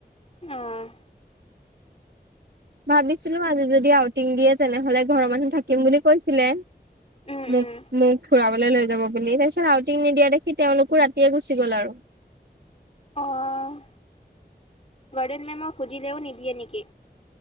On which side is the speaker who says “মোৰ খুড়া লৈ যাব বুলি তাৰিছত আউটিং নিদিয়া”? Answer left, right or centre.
Right